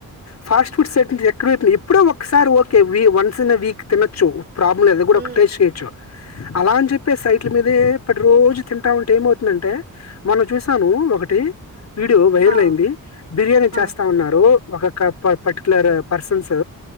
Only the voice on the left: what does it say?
ఫాస్ట్ ఫుడ్ సెంటర్ ఎక్కడ పెట్ ఎప్పుడో ఒకసారి okay we once in week తినొచ్చు ప్రాబ్లమ్ లేదు అది కూడా
ఒక టైస్ చేయొచ్చు అలా అని చెప్పి సైట్ల మీదే ప్రతి రోజు తింటా ఉంటే ఏమవుతుందంటే మొన్న చూసాను ఒక ఒకటి వీడియో వైరల్
అయింది బిర్యానీ
చేస్తా ఉన్నారు ఒక కప్ పర్టికులర్ పర్సన్స్